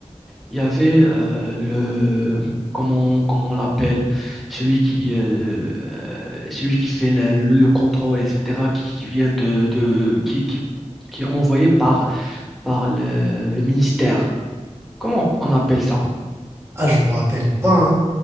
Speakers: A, in the centre; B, on the right.
A: il y avait euh, le, comment, comment on l'appelle, celui qui, euh, euh, celui qui fait la- le contrôle, etc., qui, qui vient de, de qui, qui, qui est envoyé par, par le, le ministère. Comment on appelle ça?
B: Ah, je me rappelle pas, hein.